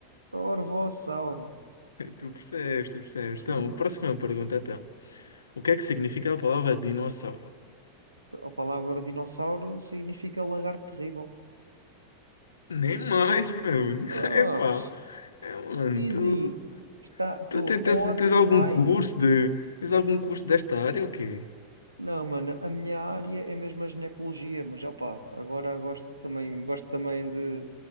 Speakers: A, on the right; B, on the left.
A: Torvossauros.
B: Tu percebes, tu percebes.
A: <laughs>
B: Então, próxima pergunta, então. O que é que significa a palavra dinossauro?
A: A palavra dinossauro significa lagarto terrível.
B: Nem mais, meu.
A: Ah,
B: <laughs> Epá. É, mano,
A: Easy,
B: tu,
A: está, estou
B: tu te- tens,
A: on
B: tens algum
A: fire.
B: curso de... Tens algum curso desta área ou quê?
A: Não, mano, a minha área é mesmo a ginecologia, mas opá, agora gosto também, gosto também de,